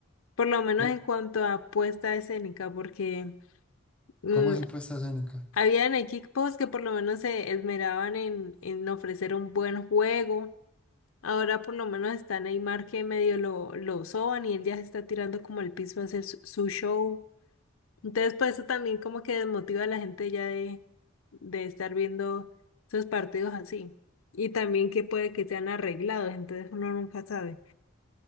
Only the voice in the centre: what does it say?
Co-
¿Cómo así puesta escénica?